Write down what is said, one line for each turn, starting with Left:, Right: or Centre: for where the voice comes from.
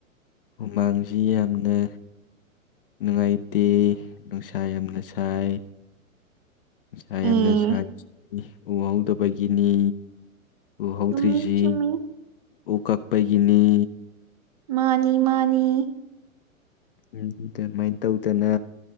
Left: ꯍꯨꯃꯥꯡꯁꯤ ꯌꯥꯝꯅ ꯅꯨꯡꯉꯥꯏꯇꯦ ꯅꯨꯡꯁꯥ ꯌꯥꯝꯅ ꯁꯥꯏ ꯏꯁꯁꯥ
Right: ꯑꯦ
Left: ꯌꯥꯝꯅ ꯁꯥꯥꯏꯈꯤ ꯎꯍꯧꯗꯕꯒꯤꯅꯤ ꯎ ꯍꯧꯗ꯭ꯔꯤꯁꯤ
Right: ꯆꯨꯝꯃꯤ ꯆꯨꯝꯃꯤ
Left: ꯎ ꯀꯛꯄꯒꯤꯅꯤ
Right: ꯃꯥꯅꯤ ꯃꯥꯅꯤ
Left: ꯑꯗꯨꯃꯥꯏꯅ ꯇꯧꯗꯅ